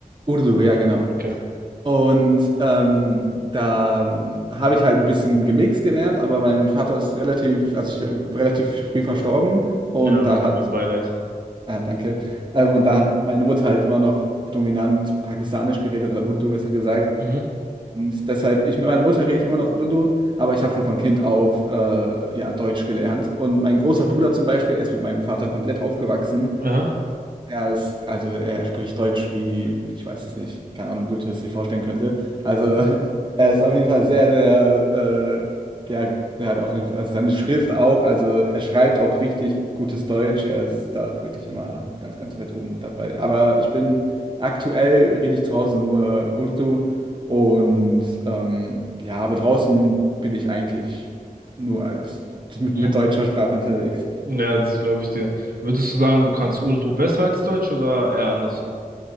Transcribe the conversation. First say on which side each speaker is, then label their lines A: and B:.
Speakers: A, on the right; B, on the right.
A: Urdu, ja genau.
B: Okay.
A: Und ähm, da ähm, habe ich halt ein bisschen gemixt gelernt, aber mein Vater ist relativ, also ich, relativ früh verstorben
B: Ja,
A: und
B: okay,
A: da hat
B: mein Beileid.
A: Ah, danke. Ähm, und da hat meine Mutter halt immer noch dominant pakistanisch geredet oder Urdu besser gesagt.
B: Mhm.
A: Und deshalb, ich mit meiner Mutter rede ich immer noch Urdu, aber ich habe schon von Kind auf äh, ja, Deutsch gelernt. Und mein großer Bruder zum Beispiel, er ist mit meinem Vater komplett aufgewachsen.
B: Ja.
A: Er ist, also er spricht Deutsch wie, ich weiß es nicht, keine Ahnung, Goethe es sich vorstellen könnte. Also <laughs> er ist auf jeden Fall sehr, sehr, äh, ja, er hat auf jeden Fall, also seine Schrift auch, also er schreibt auch richtig gutes Deutsch. Er ist da wirklich immer ganz, ganz weit oben dabei. Aber ich bin, aktuell rede ich zu Hause nur Urdu und ähm, ja, aber draußen bin ich eigentlich nur als mit,
B: <laughs>
A: mit deutscher Sprache unterwegs.
B: Ja, das glaube ich dir. Würdest du sagen, du kannst Urdu besser als Deutsch oder eher andersrum?